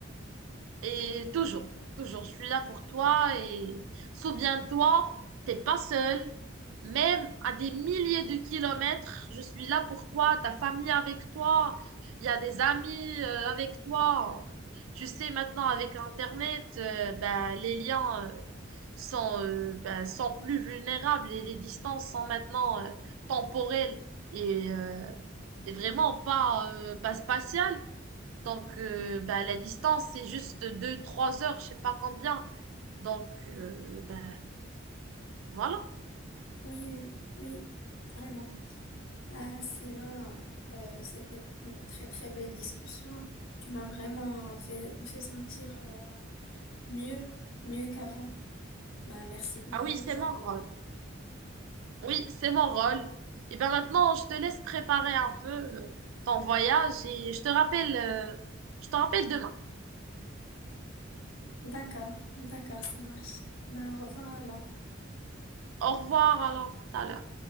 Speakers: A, on the right; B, on the left.
A: Et toujours, toujours, je suis là pour toi et souviens-toi, t'es pas seul. Même à des milliers de kilomètres, je suis là pour toi, ta famille avec toi, il y a des amis euh, avec toi. Tu sais, maintenant avec Internet, euh, ben, les liens euh, sont, euh, ben, sont plus vulnérables et les distances sont maintenant euh, temporelles et, euh, et vraiment pas, euh, pas spatiales. Donc, euh, bah, la distance, c'est juste deux trois heures, je sais pas combien. Donc, euh, bah, voilà.
B: Oui, oui, oui, vraiment. Ah, sinon, euh, c'était une très très belle discussion. Tu m'as vraiment fait, me fait sentir euh, mieux, mieux qu'avant. Bah, merci beaucoup
A: Ah oui,
B: d'être
A: c'est
B: là
A: mon
B: pour
A: rôle.
B: moi.
A: Oui, c'est mon rôle. Et ben maintenant, je te laisse préparer un peu euh, ton voyage et je te rappelle, euh, je te rappelle demain.
B: D'accord, d'accord, ça marche. Bah, au revoir alors.
A: Au revoir alors, tout à l'heure.